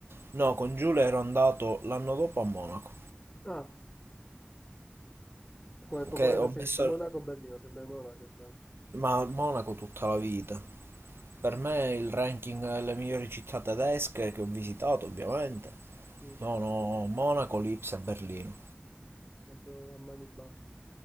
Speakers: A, on the right; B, on the left.
A: No, con Giulia ero andato l'anno dopo a Monaco,
B: Ah, quale, quale
A: che ho
B: preferisci?
A: messo...
B: Monaco o Berlino? Sembra Monaco, immagino.
A: Ma a Monaco tutta la vita. Per me il ranking delle migliori città tedesche che ho visitato, ovviamente,
B: Mm,
A: sono Monaco, Lipsia e Berlino.
B: proprio a mani basse.